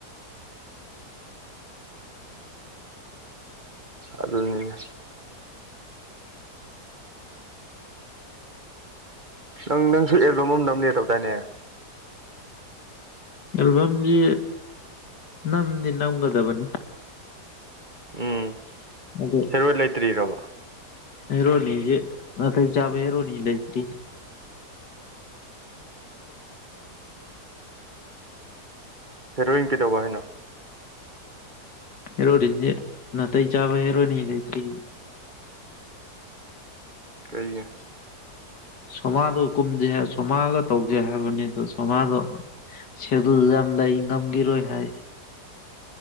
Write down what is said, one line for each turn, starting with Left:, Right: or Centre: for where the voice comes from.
Right: ꯑꯗꯨꯅꯤ ꯪ ꯅꯪꯁꯨ ꯑꯦꯜꯕꯝ ꯑꯃ ꯅꯝꯅꯦ ꯇꯧꯗꯥꯏꯅꯦ
Left: ꯑꯦꯜꯕꯝꯁꯤ ꯅꯝꯗꯤ ꯅꯝꯒꯗꯕꯅꯤ
Right: ꯎꯝ
Left: ꯑꯗꯨ
Right: ꯍꯦꯔꯣꯏ ꯂꯩꯇ꯭ꯔꯤꯔꯕ
Left: ꯍꯦꯔꯣꯅꯤꯦ ꯃ ꯆꯥꯕ ꯍꯦꯔꯣꯅꯤ ꯏꯂꯇ꯭ꯔꯤ
Right: ꯍꯦꯔꯣꯏꯟ ꯀꯩꯗꯧꯕ ꯍꯥꯏꯅꯣ
Left: ꯍꯦꯔꯣꯅꯤꯖ ꯅ ꯇꯩ ꯆꯥꯕ ꯍꯦꯔꯣꯅꯤ ꯂꯩꯇ꯭ꯔꯤ
Right: ꯀꯩꯒꯤ
Left: ꯁꯣꯃꯥꯗꯣ ꯀꯨꯝꯁꯦ ꯁꯣꯃꯥꯒ ꯇꯧꯁꯦ ꯍꯥꯏꯕꯅꯤ ꯑꯣ ꯁꯣꯃꯥꯗꯣ ꯁꯦꯗꯨꯜ ꯌꯥꯝ ꯂꯩ ꯉꯝꯈꯤꯔꯣꯏ ꯍꯥꯏ